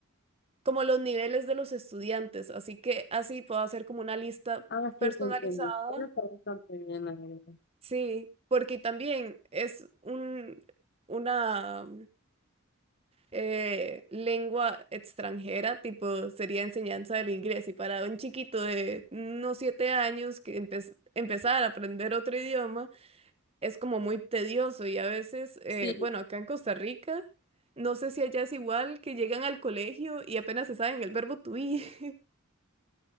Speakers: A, on the right; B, on the left.
A: como los niveles de los estudiantes. Así que así puedo hacer como una lista
B: Ah,
A: personalizada.
B: sí, te entiendo. Ella está bastante bien, la verdad.
A: Sí, porque también es un, una eh, lengua extranjera, tipo sería enseñanza del inglés. Y para un chiquito de unos siete años que empe- empezar a aprender otro idioma, es como muy tedioso y a veces, eh,
B: Sí,
A: bueno, acá en Costa Rica, no sé si allá es igual, que llegan al colegio y apenas se saben el verbo to be. <laughs>